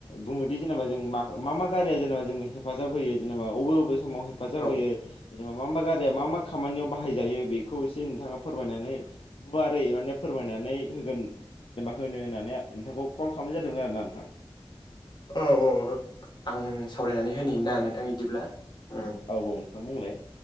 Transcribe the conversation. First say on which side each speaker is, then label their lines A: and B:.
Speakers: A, on the left; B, on the left.
A: बुङोदि जेनेबा जों माख मा गारिया जेनेबा जों हेफाजाब होयो जेने अबे अबे समाव हेफाजाब
B: औ
A: होयो। मा मा गारिया मा मा खामानियाव बाहाय जायो बेखौ एसे नोंथाङा फोरमायनानै गुवारै माने फोरमाय फोरमायनानै होगोन एबा होनो होननानै नोंथांखौ कल खालामनाय जादोंमोन आरोना नोंथां।
B: औ औ आं
A: औ
B: सावरायनानै
A: दे नोंथाङा
B: होनिना
A: बुंलाय
B: नोंथां इदिब्ला। उम
A: औ औ नोंथां बुंलाय।